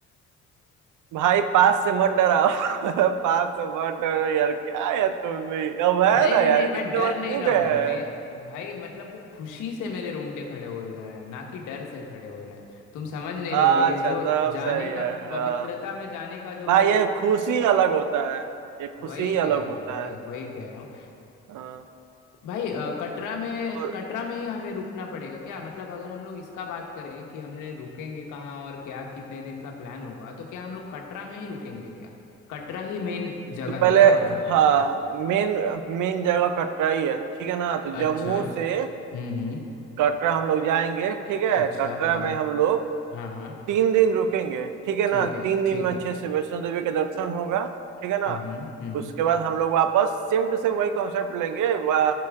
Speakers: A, on the right; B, on the left.
A: भाई पास से मत डराओ <laughs> पास से मत डरो यार क्या है तुम भी अब है
B: नहीं
A: ना
B: नहीं
A: यार
B: नहीं
A: इतने
B: मैं डर
A: बार क्यों
B: नहीं रहा
A: गए
B: हूँ
A: हैं
B: मैं भाई मतलब वो खुशी से मेरे रोंगटे खड़े हो जा रहे हैं ना कि डर से खड़े हो रहे हैं तुम समझ नहीं
A: अच्छा
B: रहे हो ये जो
A: तब
B: जाने
A: सही
B: का
A: है
B: पवित्रता
A: हाँ
B: में जाने का जो
A: भाई
B: वो
A: ये खुशी अलग होता है ये खुशी
B: वही
A: ही
B: कह
A: अलग
B: रहा
A: होता
B: हूँ भाई
A: है
B: वही कह रहा हूँ
A: हाँ
B: भाई अ, कटरा में
A: और
B: कटरा में ही हमें रुकना पड़ेगा क्या मतलब अगर हम लोग इसका बात करें कि हमने रुकेंगे कहाँ और क्या कितने दिन का प्लान होगा तो क्या हम लोग कटरा में ही रुकेंगे क्या कटरा ही मेन जगह
A: तो पहले
B: है क्या वहाँ जाने
A: हाँ
B: के लिए
A: मेन मेन जगह कटरा ही है ठीक है ना तो जम्मू
B: अच्छा
A: से
B: हम्म हम्म
A: कटरा हम लोग जाएंगे ठीक है
B: अच्छा
A: कटरा
B: हाँ
A: में हम लोग
B: हाँ हाँ
A: तीन दिन रुकेंगे ठीक है
B: ठीक
A: ना
B: है
A: तीन दिन
B: ठीक
A: में
B: है
A: अच्छे से वैष्णो देवी का दर्शन होगा ठीक है ना
B: हम्म हम्म हम्म,
A: उसके बाद हम लोग वापस सेम टू सेम वही कॉन्सेप्ट लेंगे वा-